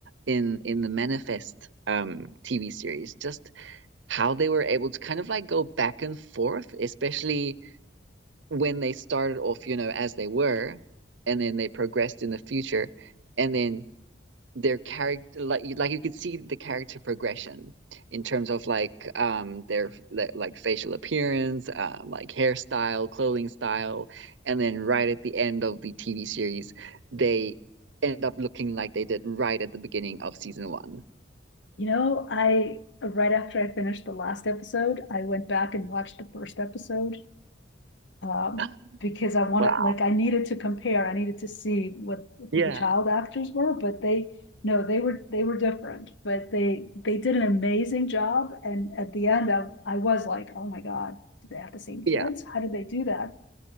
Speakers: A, on the right; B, on the left.
A: in in the Manifest um TV series, just how they were able to kind of like go back and forth, especially when they started off, you know, as they were, and then they progressed in the future, and then their character like you like you could see the character progression in terms of like um their like facial appearance um like hairstyle clothing style and then right at the end of the TV series they end up looking like they did right at the beginning of season one
B: You know, I, right after I finished the last episode, I went back and watched the first episode Um,
A: <gasps>
B: because I wanted,
A: wow
B: like, I needed to compare, I needed to see what who
A: yeah
B: the child actors were, but they, no, they were they were different, but they they did an amazing job. And at the end, I, I was like, oh my God, did they have the same kids?
A: yeah
B: How did they do that?